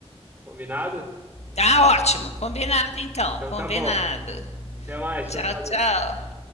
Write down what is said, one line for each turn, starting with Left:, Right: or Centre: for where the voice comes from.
Right: Combinado?
Left: Tá ótimo, combinado então,
Right: Então
Left: combinado.
Right: tá bom. Até mais.
Left: Tchau,
Right: Tchau, tchau, Glenda.
Left: tchau.